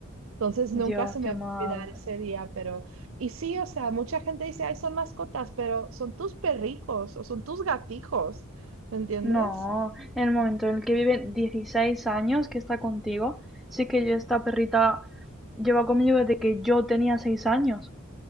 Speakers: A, on the right; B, in the centre.
A: Entonces nunca
B: Dios,
A: se me
B: qué
A: va
B: mal.
A: a olvidar ese día, pero... Y sí, o sea, mucha gente dice, ay, son mascotas, pero son tus perrijos o son tus gatijos, ¿me entiendes?
B: No, en el momento en el que vive 16 años que está contigo, sí que yo esta perrita lleva conmigo desde que yo tenía 6 años.